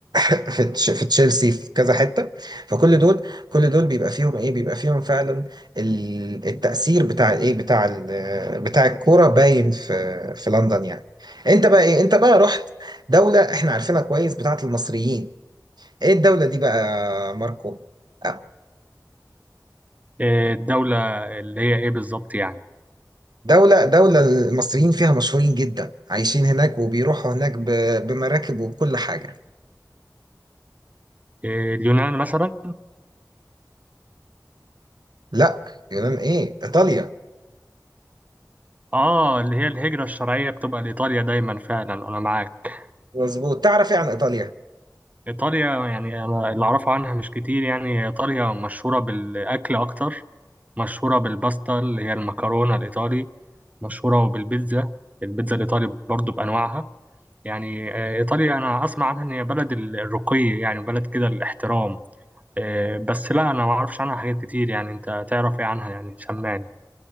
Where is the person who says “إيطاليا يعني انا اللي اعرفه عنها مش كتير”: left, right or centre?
Right